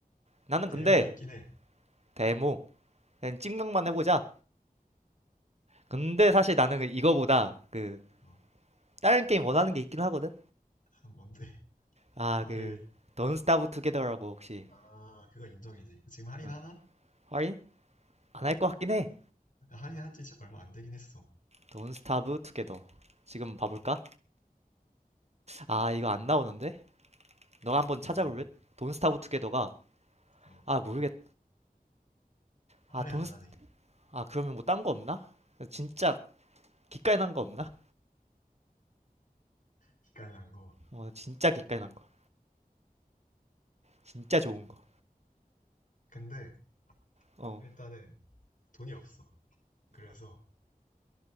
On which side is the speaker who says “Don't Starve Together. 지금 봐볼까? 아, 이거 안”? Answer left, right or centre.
Right